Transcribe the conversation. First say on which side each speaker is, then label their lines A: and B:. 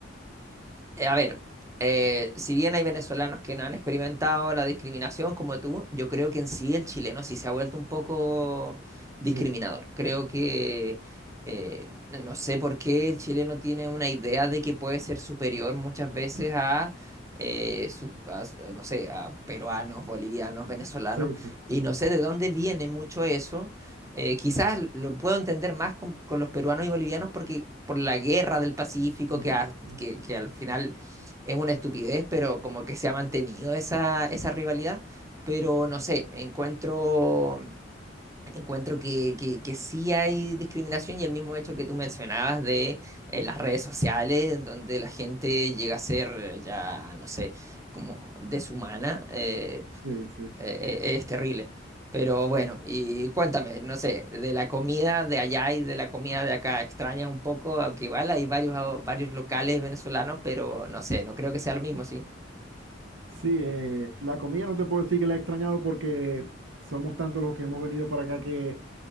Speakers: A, on the right; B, on the right.
A: Eh, A ver, eh, si bien hay venezolanos que no han experimentado la discriminación como tú, yo creo que en sí el chileno sí se ha vuelto un poco discriminador.
B: sí,
A: Creo que eh, no sé por qué el chileno tiene una idea de que puede ser superior muchas veces a, eh, su- a su- no sé, a peruanos, bolivianos, venezolanos,
B: sí, sí.
A: y no sé de dónde viene mucho eso eh, quizás lo puedo entender más con, con los peruanos y bolivianos porque por la guerra del Pacífico,
B: Ujú,
A: que, a-
B: ujú.
A: que, que al final es una estupidez, pero como que se ha mantenido esa, esa rivalidad. Pero no sé, encuentro, encuentro que, que, que sí hay discriminación y el mismo hecho que tú mencionabas de eh, las redes sociales, en donde la gente llega a ser eh, ya, no sé, como deshumana. eh,
B: Sí, sí,
A: eh, eh, es terrible. Pero bueno, y cuéntame, no sé, de la comida de allá y de la comida de acá, extrañas un poco, aunque igual hay varios, varios locales venezolanos, pero no sé, no creo que sea lo mismo, ¿sí?
B: Sí, eh, la comida no te puedo decir que la he extrañado porque somos tantos los que hemos venido para acá que